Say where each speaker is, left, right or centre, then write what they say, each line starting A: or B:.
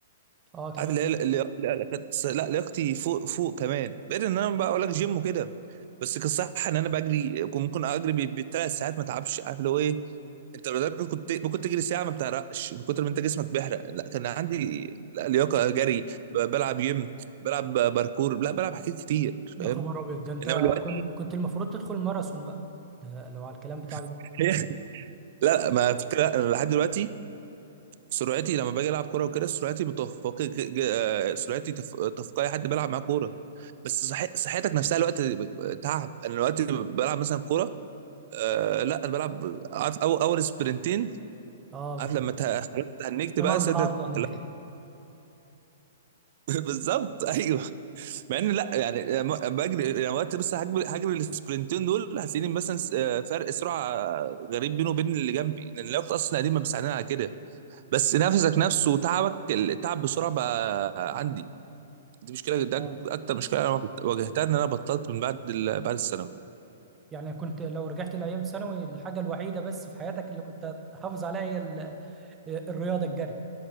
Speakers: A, on the right; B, on the right.
A: أه تمام
B: عارف اللي هي لا لا كانت لا لياقتي فوق فوق كمان بعيد ان انا بقى اقول لك جيم وكده بس كان صح ان انا بجري كنت ممكن اجري بالثلاث ساعات ما تعبش عارف اللي هو ايه انت لو ده كنت ممكن تجري ساعه ما بتعرقش من كتر ما انت جسمك بيحرق لا كان عندي لا لياقه جري ب- بلعب جيم بلعب باركور لا بلعب حاجات كتير
A: يا
B: فاهم
A: خبر أبيض ده أنت
B: انما دلوقتي
A: كنت كنت المفروض تدخل ماراثون بقى ده لو على الكلام بتاعك ده
B: <laughs> لا ما فكره أنا لحد دلوقتي سرعتي لما باجي العب كوره وكده سرعتي متفقه ج- ج- آه، سرعتي تف... تفوق اي حد بيلعب معاه كوره بس صح... صحتك نفسها الوقت ب- تعب انا دلوقتي بلعب مثلا كوره آه لا انا بلعب عارف أو... اول سبرنتين
A: أه
B: عارف
A: بت-
B: لما ته- خلاص تهنجت
A: إنما
B: بقى
A: عند
B: صدرك
A: العرض هناك
B: <laughs> لا، بالظبط ايوه مع ان لا يعني م- بجري يعني وقت بس هجري هجري السبرنتين دول هتلاقيني مثلا س- آه، فرق سرعه غريب بينه وبين اللي جنبي لان الوقت اصلا قديم ما بيساعدني على كده بس نفسك نفسه وتعبك التعب بسرعه بقى عندي دي مشكله ده
A: أه
B: اكتر مشكله انا واجهت- واجهتها ان انا بطلت من بعد ال... بعد الثانوي
A: يعني كنت لو رجعت لأيام ثانوي الحاجة الوحيدة بس في حياتك اللي كنت هتحافظ عليها هي ال- آه، الرياضة الجري